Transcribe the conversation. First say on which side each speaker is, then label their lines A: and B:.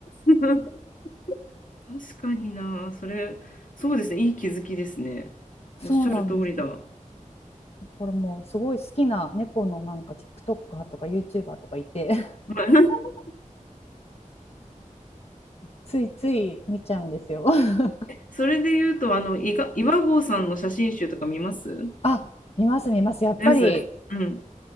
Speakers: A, on the left; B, on the left.
A: <laughs> 確かにな、それ、そうですね、いい気づきですね。
B: そうなんですよ
A: おっしゃる通りだ。はい
B: これもうすごい好きな猫のなんか TikToker とか YouTuber とかいて <laughs>
A: <laughs>
B: ついつい見ちゃうんですよ <laughs>。
A: それで言うと、あの、いが岩合さんの写真集とか見ます
B: あ見ます見ますやっぱり
A: です。うん。